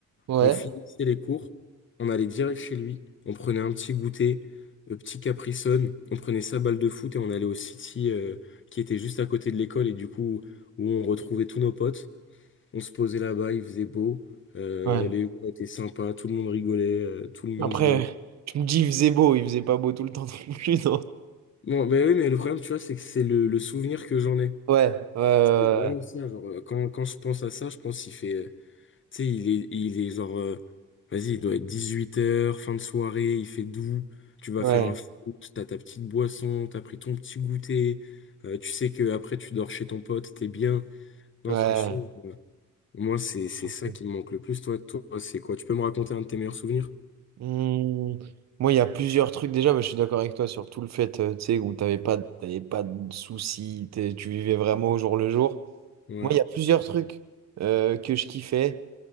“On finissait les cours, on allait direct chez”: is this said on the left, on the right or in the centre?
Left